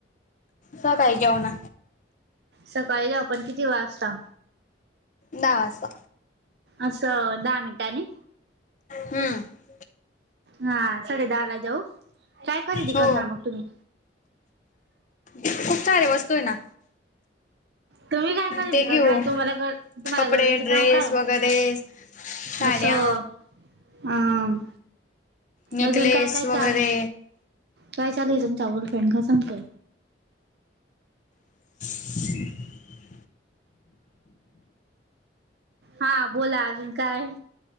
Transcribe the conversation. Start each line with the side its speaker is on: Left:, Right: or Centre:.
Left: सकाळी जाऊ ना
Right: सकाळी जाऊ आपण किती पण वाजता
Left: दहा वाजता
Right: असं दहा मिनिटांनी,
Left: हम्म
Right: हा साडे दहाला जाऊ. काय खरेदी
Left: हो
Right: कर ना मग तुम्ही?
Left: खूप सारे वस्तु आहेत ना?
Right: तुम्ही काय खरेदी
Left: ते घेऊ
Right: करणार तुम्हाला तुम्हाला
Left: कपडे
Right: गरजेचे
Left: ड्रेस
Right: काम काय?
Left: वगैरे साड्या
Right: असं हं!
Left: नेकलेस
Right: अजून काय काय
Left: वगैरे
Right: चाल - काय चालुय म चांगलेच फ्रेंड का सांगतोय?
Left: हं
Right: हा बोला अजून काय?